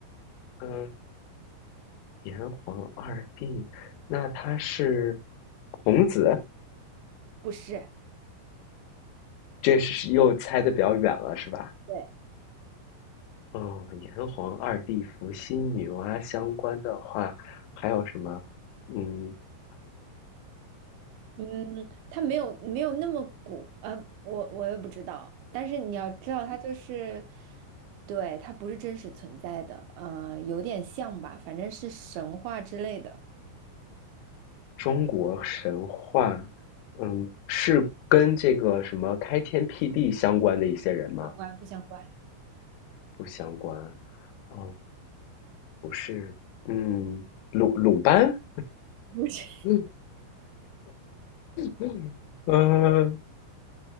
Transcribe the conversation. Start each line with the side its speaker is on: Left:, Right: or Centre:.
Left: 嗯炎黄二帝，那他是孔子，
Right: 不是，
Left: 这是又猜的比较远了，是吧？
Right: 对，
Left: 哦，炎黄二帝伏羲、女娲相关的话，还有什么？嗯，
Right: 嗯，它没有没有那么古呃，我我也不知道。但是你要知道，它就是，对，它不是真实存在的，呃，有点像吧，反正是神话之类的。
Left: 中国神话，嗯，是跟这个什么开天辟地相关的一些人吗？
Right: 相关不相关？
Left: 不相关。嗯，不是。嗯，鲁鲁班。
Right: 不是，
Left: 嗯嗯呃